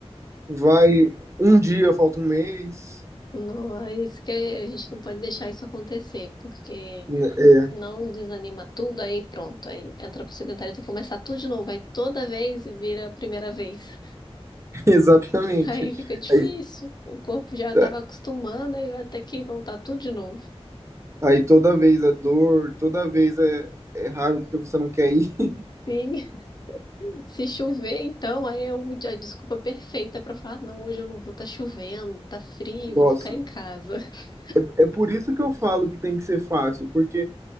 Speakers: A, on the right (about 25°); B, on the left (about 40°).
A: Vai um dia, falta um mês.
B: não, é isso que a gente não pode deixar isso acontecer, porque
A: Né, É,
B: senão desanima tudo, aí pronto. Aí entra pro sedentário tem que começar tudo de novo. Aí toda vez vira a primeira vez. <laughs>
A: <laughs> exatamente.
B: Aí fica difícil.
A: Aí,
B: O corpo já estava
A: tá-
B: acostumando, aí vai ter que voltar tudo de novo.
A: aí toda vez é dor, toda vez é, é raiva porque você não quer ir.
B: Sim. Se chover, então, aí é uma- a desculpa perfeita para falar, "Ah, não, hoje eu não vou, tá chovendo, tá frio,
A: <laughs> Nossa,
B: vou ficar em casa. <laughs>
A: é por isso que eu falo que tem que ser fácil, porque